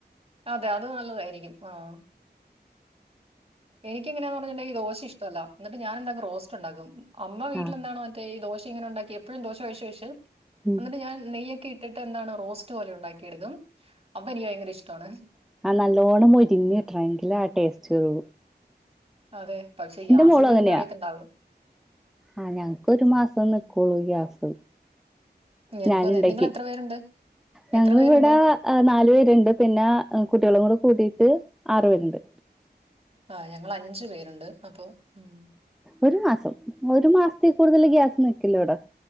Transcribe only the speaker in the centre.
ആഹ്
ഉം
ആ നല്ലോണ്ണം മൊരിങ്ങിട്ടെണം എങ്കിലേ ആ ടേസ്റ്റ്ള്ളൂ.
മോളും അങ്ങനെയാ
ആഹ് ഞങ്ങക്ക് ഒരു മാസം നിക്കുള്ളൂ ഗ്യാസ്.
ഞാനുണ്ടാക്കി
ഞങ്ങളിവിടെ
നാലു പേരുണ്ട് പിന്നെ കുട്ടികളും കൂടെ കൂട്ടീയിട്ട് ആറ് പേരുണ്ട്.
ഒരു മാസം ഒരു മാസത്തിൽ കൂടുതൽ ഗ്യാസ് നിൽക്കില്ലോ ഇവിട